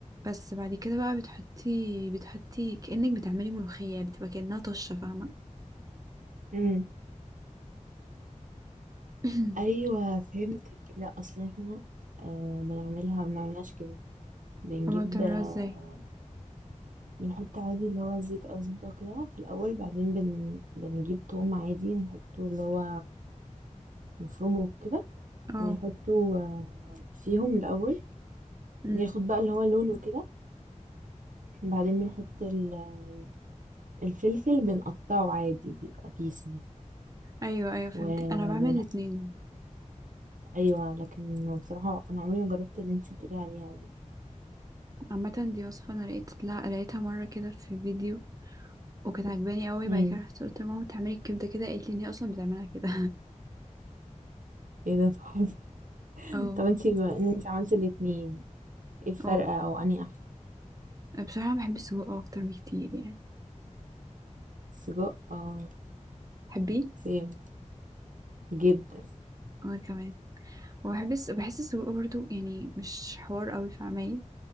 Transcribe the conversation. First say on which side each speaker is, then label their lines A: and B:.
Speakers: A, on the right; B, on the right.
A: بس بعد كده بقى بتحطي بتحطي كأنك بتعملي ملوخية بتبقى كأنها طشة فاهمة
B: امم
A: <coughs>
B: ايوه فهمتك لا اصل احنا آه بنعملها ما بنعملهاش كده بنجيب
A: <clears throat> هما بتعملوها
B: آه
A: ازاي
B: بنحط عادي اللي هو زيت او زبده وكده في الاول بعدين بن بنجيب توم عادي نحطه اللي هو مفروم وكده
A: اه
B: ونحطه آه، فيهم الأول
A: امم
B: ياخد بقى اللي هو لونه كده بعدين بنحط ال- الفلفل بنقطعه عادي بيبقى بيسز
A: ايوه ايوه فهمتك
B: وبن
A: انا بعمل الاتنين
B: أيوة لكن بصراحة أنا عمري ما جربت اللي انتي بتقولي عليها دي
A: عامه دي وصفه انا لقيت لا لقيتها مره كده في فيديو وكانت عجباني قوي
B: امم
A: بعد كده رحت قلت لماما بتعملي الكبده كده قالت لي ان هي اصلا بتعملها كده
B: ايه ده تحفة <laughs>
A: <laughs> اه
B: طب انتي بما ان انتي عملتي الاتنين ايه الفرق
A: اه
B: أو أنهي أحلى
A: بصراحه بحب السجق اكتر بكتير يعني
B: سجق اه
A: تحبيه
B: سيم جدا
A: انا كمان وبحب الس- بحس السجق برضو يعني مش حوار قوي في عمايل